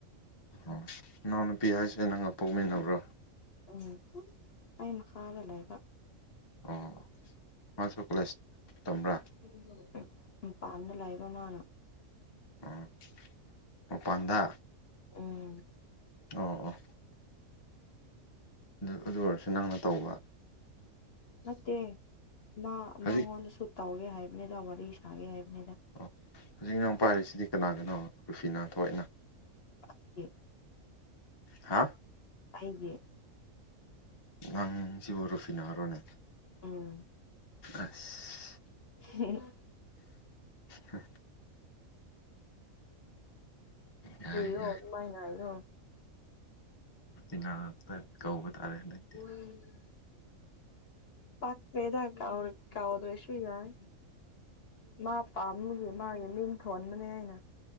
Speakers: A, on the left; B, on the left.
A: ꯑꯣ ꯏꯅꯥꯎꯅꯨꯄꯤ ꯍꯥꯏꯁꯦ ꯅꯪꯒ ꯄꯣꯛꯃꯤꯟꯅꯕ꯭ꯔꯣ꯫
B: ꯎꯝ ꯑꯩ ꯃꯈꯥꯗ ꯂꯩꯕ꯫
A: ꯑꯣ ꯃꯥꯁꯨ ꯀꯣꯂꯦꯖ ꯇꯝꯕ꯭ꯔꯥ
B: <unintelligible> ꯃꯄꯥꯟꯗ ꯂꯩꯕ ꯃꯥꯅ꯫
A: ꯑꯣ ꯃꯄꯥꯟꯗ꯫
B: ꯎꯝ꯫
A: ꯑꯣ ꯑꯣ ꯑꯗꯨ ꯑꯗꯨ ꯑꯣꯏꯔꯁꯨ ꯅꯪꯅ ꯇꯧꯕ
B: ꯅꯠꯇꯦ ꯃꯥ
A: ꯍꯧꯖꯤꯛ
B: ꯃꯉꯣꯟꯗꯁꯨ ꯇꯧꯒꯦ ꯍꯥꯏꯕꯅꯤꯗ ꯋꯥꯔꯤ ꯁꯥꯒꯦ ꯍꯥꯏꯕꯅꯤꯗ
A: ꯑꯣ ꯍꯧꯖꯤꯛꯅ ꯑꯃꯨꯛ ꯄꯥꯏꯔꯤꯁꯤꯗꯤ ꯀꯅꯥꯒꯤꯅꯣ ꯔꯨꯐꯤꯅꯥ ꯊꯣꯛꯏꯅ
B: <unintelligible>
A: ꯍꯥ
B: ꯑꯩꯒꯤ
A: ꯅꯥꯡꯁꯤꯕꯨ ꯔꯨꯐꯤ ꯅꯍꯔꯣꯅꯦ
B: ꯎꯝ
A: ꯑꯁ
B: ꯎꯝ
A: ꯍꯥ ꯌꯥꯏ
B: ꯀꯔꯣ
A: ꯌꯥꯏ
B: ꯑꯗꯨꯃꯥꯏꯅ ꯍꯥꯏꯅꯣ
A: ꯉ ꯉꯥꯛꯇ ꯀꯧꯕ ꯇꯥꯔꯦ ꯍꯟꯗꯛ
B: <unintelligible> ꯄꯛꯇꯦꯗ ꯀꯧ ꯀꯧꯔꯁꯨ ꯌꯥꯏ ꯃꯥ ꯄꯥꯝꯃꯒꯦ ꯃꯥꯒꯤ ꯃꯤꯡ ꯊꯣꯟꯕꯅꯦ ꯑꯩꯅ